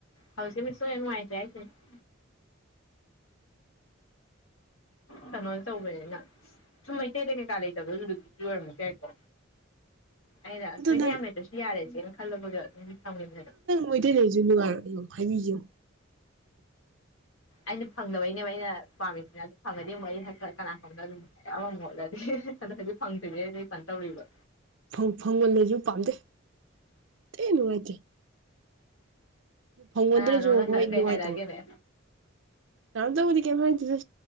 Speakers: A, on the left (about 75°); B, on the right (about 60°).
A: ꯍꯧꯖꯤꯛꯃꯥ ꯁꯨꯑꯦꯅꯨ <unintelligible> ꯉꯥꯏꯇꯔꯦ ꯍꯥꯏꯁꯤꯅꯤ ꯀꯩꯅꯣꯁꯨ ꯇꯧꯒꯔꯦ ꯅꯪ ꯁꯨꯝ ꯃꯩꯇꯩ ꯀꯩꯀꯥ ꯂꯩꯇꯕꯩꯁꯨ ꯑꯣꯏꯔꯝꯃꯁꯨ ꯌꯥꯏꯀꯣ ꯑꯩꯅ ꯑꯁꯨꯃꯥꯏꯗ
B: ꯑꯗꯨ ꯅꯪ
A: <unintelligible> ꯌꯥꯝ ꯂꯩꯗ꯭ꯔꯁꯨ ꯌꯥꯔꯦꯎ ꯈꯜꯂꯒ ꯑꯗꯨꯝ ꯊꯥꯝꯒꯤꯕꯅꯦ
B: ꯃꯩꯇꯩ ꯂꯩꯔꯁꯨ ꯅꯨꯡꯉꯥꯢꯔꯣꯢ ꯍꯥꯏꯕꯤꯒꯦꯌꯣ
A: ꯑꯩꯅ ꯐꯪꯗꯕꯩꯅꯦꯕ ꯑꯩꯅ ꯄꯥꯝꯃꯤꯁꯤꯅ ꯑꯗꯨ ꯐꯪꯒꯅꯤ ꯑꯃꯨꯛ ꯑꯩ ꯀꯅꯥ ꯈꯪꯕꯅꯣ ꯑꯗꯨꯝ ꯑꯃꯃꯨꯛ ꯍꯣꯠꯂꯗꯤ ꯑꯗꯨ ꯍꯧꯖꯤꯛ ꯐꯪꯗ꯭ꯔꯤꯕꯅꯤꯅ ꯑꯩ ꯀꯩꯅꯣ ꯇꯧꯔꯤꯕ
B: ꯐꯪꯃꯥꯜꯂꯁꯨ ꯄꯥꯝꯗꯦ ꯊꯤ ꯅꯨꯡꯉꯥꯏꯇꯦ ꯐꯪꯃꯥꯜꯗ꯭ꯔꯁꯨ
A: ꯀꯅꯥꯅꯣꯝꯅ
B: ꯍꯣꯏ
A: ꯀꯩ
B: ꯅꯨꯡꯉꯥꯏꯇꯕ
A: ꯍꯥꯏꯔꯛꯑꯒꯦꯅꯦ
B: ꯀꯅꯥꯝꯇꯕꯨꯗꯤ ꯀꯦꯝ ꯍꯥꯢꯗꯦꯗ